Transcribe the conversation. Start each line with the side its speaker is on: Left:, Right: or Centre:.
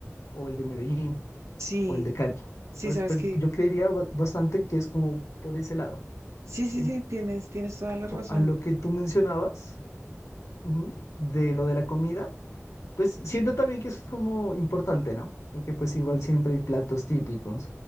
Left: o el de Medellín
Right: Sí,
Left: o el de Cali.
Right: sí,
Left: Entonces,
Right: sabes
Left: pues
Right: que.
Left: yo creería ba- bastante que es como por ese lado.
Right: Sí, sí,
Left: En
Right: sí,
Left: cuanto
Right: tienes, tienes toda la razón.
Left: a lo que tú mencionabas, ujú, de lo de la comida, pues siento también que es como importante, ¿no? Porque pues igual siempre hay platos típicos